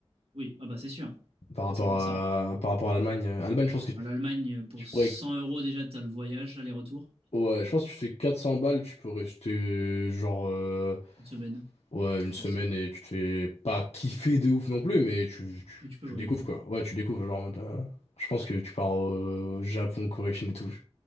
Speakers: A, on the right (about 65°); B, on the left (about 75°).
A: Oui, ah bah c'est sûr,
B: Par rapport
A: c'est pour
B: à,
A: ça.
B: par rapport à l'Allemagne. euh, Allemagne, je pense que tu,
A: Bah, L'Allemagne, pour
B: tu
A: 100
B: pourrais.
A: euros déjà, t'as le voyage, aller-retour,
B: Ouais, je pense que tu fais 400 balles, tu peux rester euh, genre euh,
A: une semaine,
B: ouais, une
A: je pense.
B: semaine et tu te fais pas kiffer de ouf non plus, mais tu, tu,
A: Mais tu peux
B: tu
A: voyager,
B: découvres
A: ouais.
B: quoi. Ouais, tu découvres genre en mode, euh, je pense que tu pars au Japon, Corée, Chine et tout.